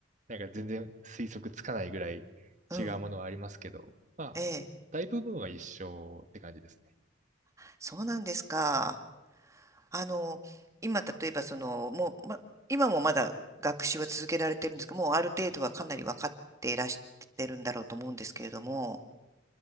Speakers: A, on the right; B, on the right.
A: なんか全然推測つかないぐらい違うものはありますけど、
B: うん。
A: まあ、
B: ええ。
A: 大部分は一緒って感じですね。
B: そうなんですか。あの、今、例えば、その、もう、ま、今もまだ学習は続けられてるんですけど、もうある程度はかなり分かっていらしてるんだろうと思うんですけれども、